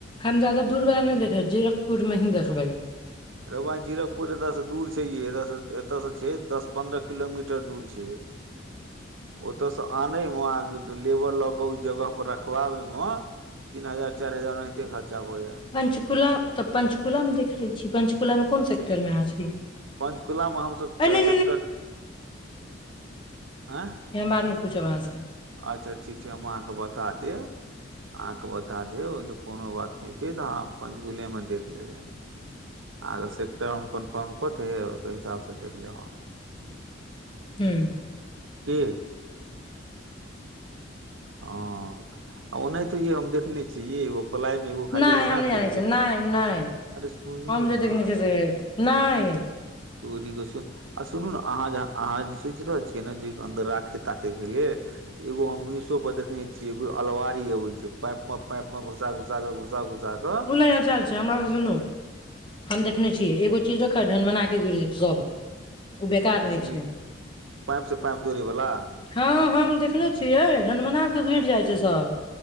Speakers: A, on the left; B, on the right.
A: हम जाददा दूर बला नहि देखेै जीरकपुर मे ही देखबै
B: रवाय जीरपुर एतय से दूर छै ये एत से एतय से छै दस पन्द्रह किलोमीटर दूर छै ओतय से आने मे आ लेबर लऽ के ओ जगह पर रखवाबे मे तीन हजार चारि हजार ओनाहिते खर्चा भऽ जायत
A: पञ्चुकुला तऽ पञ्चकूला मे देख ले छीियै पंचकुला मे कोन से्टर मे अहाँ छी
B: पञ्चकुलामे हमसभ
A: अरे नहि
B: सेक्टर आँय
A: यहाँ बाद मे पूछो वहाँ से
B: अच्छा ठीक छै हम अहाँकेँ बता देब अहाँकेँ बता देब ओहि लेल कोनो बात नहि छै तऽ अहाँ पञ्चकुलेमे देख लेबै अहाँके सेक्टर हम कन्फर्म कऽत हब ओहि हिसाबसँ देख लेब अहाँ
A: हू
B: की हँ ओ नहि तऽ य हम देखने छी य एगो पलाइ मे एगो खाली
A: नहि
B: एऐना
A: हम नहि
B: ठेक
A: जानै छियै
B: देताे
A: नहि नहि
B: अरे सुनौ
A: हम जे देखने
B: न
A: छियै से नहि
B: तोरी आ सुनू ने अहाँ अहाँ सोचि रहल छियै ने ज अन्दर राखे ताखे के लेल एगो हम देखने छियै को अलवारी अबै छै पाइप मे पाइप मे घुसा घुसा घुसा घुसा के
A: उल चल छै हमर सुनू हम देखने
B: मतलब
A: छियै एगो चीज रख झनमना के घिर जेतै सब ओ बेकार
B: किछु
A: रहै
B: नहि
A: छै
B: पाइप से पाइप जोड़े वाला
A: हँ हम देखने छियै रनमना के घुर जाइ छै सब